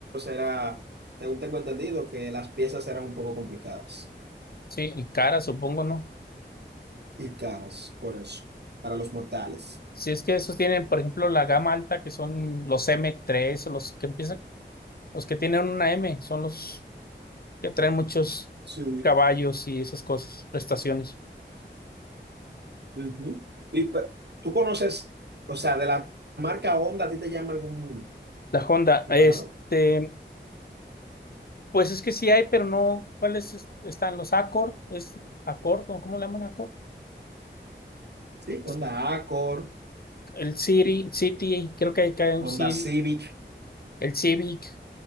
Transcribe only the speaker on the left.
Sí, y cara, supongo, ¿no?
Si es que esos tienen, por ejemplo, la gama alta, que son los m tres o los que empiezan, los que tienen una M, son los que traen muchos
caballos y esas cosas, prestaciones.
La Honda,
este,
pues es que sí hay, pero no, ¿cuáles es- están los Accord? ¿Es Accord o cómo le llaman Accord?
Es-
El City, City, creo que hay que hay un
City,
el Civic,